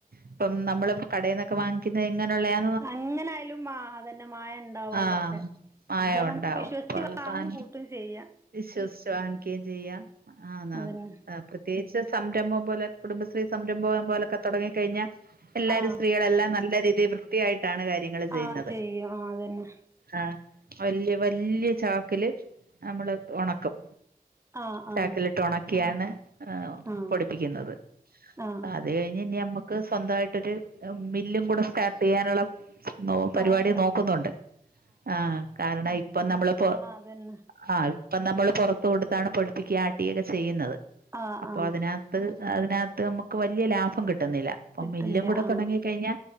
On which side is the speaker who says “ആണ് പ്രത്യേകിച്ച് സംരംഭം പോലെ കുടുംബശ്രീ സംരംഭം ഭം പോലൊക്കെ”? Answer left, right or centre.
Right